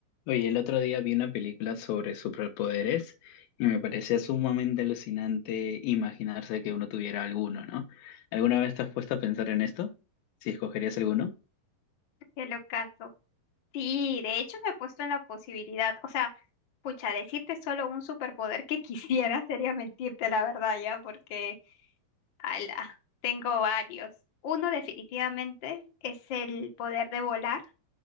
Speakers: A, on the left; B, on the left.
A: Oye, el otro día vi una película sobre superpoderes y me parecía sumamente alucinante imaginarse que uno tuviera alguno, ¿no? ¿Alguna vez te has puesto a pensar en esto? Si escogerías alguno.
B: El ocaso. Sí, de hecho me he puesto en la posibilidad, o sea, pucha, decirte solo un superpoder que <laughs> quisiera sería mentirte la verdad ya, porque, ala, tengo varios. Uno definitivamente es el poder de volar,